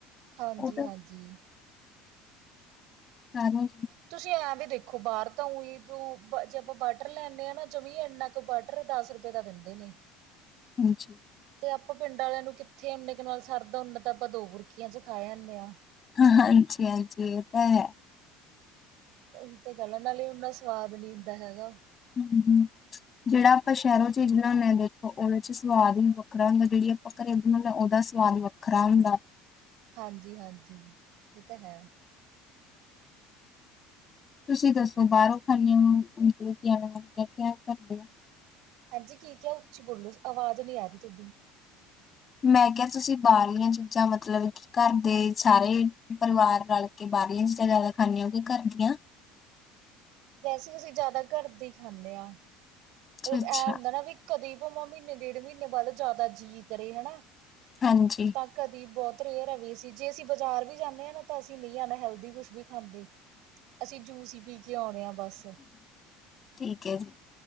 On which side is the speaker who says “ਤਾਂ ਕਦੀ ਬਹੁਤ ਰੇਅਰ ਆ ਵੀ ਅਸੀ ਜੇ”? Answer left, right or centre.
Right